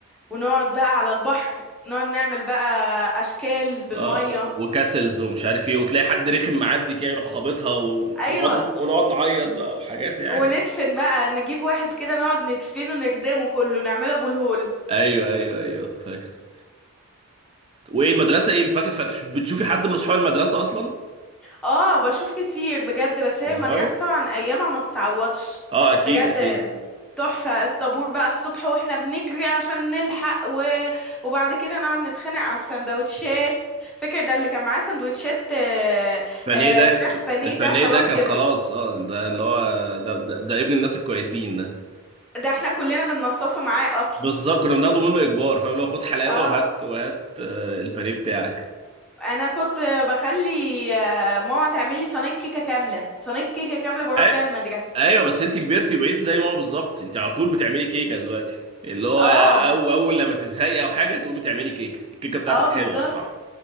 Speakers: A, in the centre; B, on the right.
A: ونقعد بقى على البحر نقعد نعمل بقى اشكال بالمية
B: اه وكاسلز ومش عارف ايه وتلاقي حد رخم معدي كده يروح خابطها ونقعد
A: ايوه
B: ونقعد نعيط بقى وحاجات يعني
A: وندفن بقى نجيب واحد كده نقعد ندفنه نردمه كله نعمله ابو الهول
B: ايوه ايوه ايوه فاكر وايه المدرسه ايه الفاكر ف- بتشوفي حد من اصحاب المدرسه اصلا
A: اه بشوف كتير بجد بس هي
B: والله
A: المدرسة طبعا ايامها ما تتعوضش
B: اه اكيد
A: بجد
B: اكيد
A: تحفة الطابور بقى الصبح واحنا بنجري عشان نلحق و... وبعد كده نقعد نتخانق على السندوتشات فاكر ده اللي كان معاه سندوتشات آه،
B: بانيه
A: آه،
B: ده
A: فراخ
B: ك-
A: بانيه
B: البانيه
A: ده خلاص
B: ده كان
A: كده
B: خلاص اه ده اللي هو ده, ده, ده ابن الناس الكويسين ده
A: ده احنا كلنا بننصصه معاه اصلا
B: بالظبط كنا بناخده منه اجبار فاهم اللي هو خد حلاوه
A: اه
B: وهات وهات آه، البانيه بتاعك
A: انا كنت بخلي آه، ماما تعمل لي صينية كيكة كاملة صينية كيكة كاملة بروح
B: أي...
A: بيها المدرسة
B: ايوه بس انت كبرتي وبقيت زي ما هو بالظبط انت على طول بتعملي كيكه دلوقتي اللي هو
A: اه
B: أو اول لما تزهقي او حاجه تقومي تعملي كيكه الكيكه بتاعتك
A: اه بالظبط
B: حلوه بصراحه